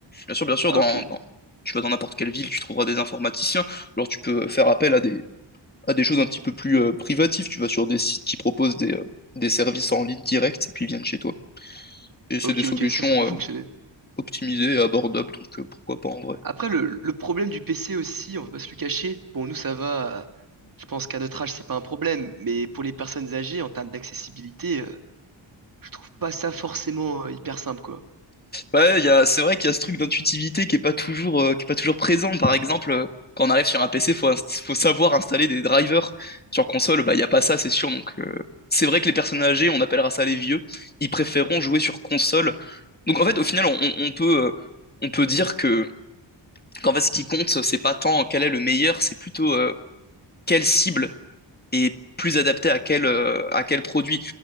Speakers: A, on the left; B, on the right.
A: Bien sûr, bien sûr,
B: Ah
A: dans,
B: ok,
A: dans- tu vas dans n'importe quelle ville, tu trouveras des informaticiens. ou Alors tu peux faire appel à des, à des choses un petit peu plus euh, privatives. Tu vas sur des sites qui proposent des, euh, des services en ligne direct et puis ils viennent chez toi. Et c'est
B: ok,
A: des solutions
B: ok, ça, ça peut fonctionner.
A: euh, optimisées et abordables, donc euh, pourquoi pas en vrai.
B: Après, le, le problème du PC aussi, on va pas se le cacher. Bon, nous, ça va. euh, Je pense qu'à notre âge, c'est pas un problème. Mais pour les personnes âgées, en termes d'accessibilité, euh, je trouve pas ça forcément euh, hyper simple, quoi.
A: Ouais, il y a, c'est vrai qu'il y a ce truc d'intuitivité qui est pas toujours, euh, qui est pas toujours présent. Par exemple, euh, quand on arrive sur un PC, faut, inst- faut savoir installer des drivers. Sur console, bah, il n'y a pas ça, c'est sûr. Donc, euh, c'est vrai que les personnes âgées, on appellera ça les vieux, ils préféreront jouer sur console. Donc, en fait, au final, on, on- on peut, euh, on peut dire que, qu'en fait, ce qui compte, c'est pas tant quel est le meilleur, c'est plutôt euh, quelle cible est plus adapté à quel, euh, à quel produit.